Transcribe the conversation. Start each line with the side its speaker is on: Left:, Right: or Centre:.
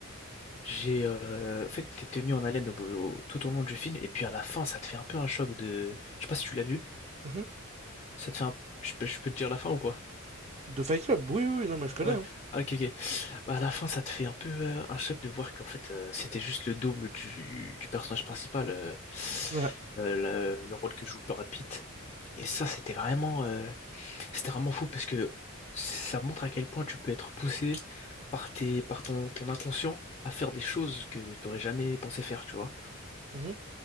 Left: J'ai, euh, en fait, t'es tenu en haleine au- au- tout au long du film, et puis à la fin, ça te fait un peu un choc de, je sais pas si tu l'as vu,
Right: Mhm.
Left: ça te fait un, je peux, je peux te dire la fin ou pas?
Right: De Fight Club? Oui, oui, oui, non, mais je connais.
Left: Ouais,
Right: hein.
Left: Ah, ok, ok. Bah, à la fin, ça te fait un peu euh, un choc de voir qu'en fait, euh, c'était juste le double du, du personnage principal, euh,
Right: Ouais.
Left: euh, le, le rôle que joue Brad Pitt. Et ça, c'était vraiment, euh, c'était vraiment fou parce que ça montre à quel point tu peux être poussé par tes, par ton, ton inconscient à faire des choses que t'aurais jamais pensé faire, tu vois.
Right: Mhm.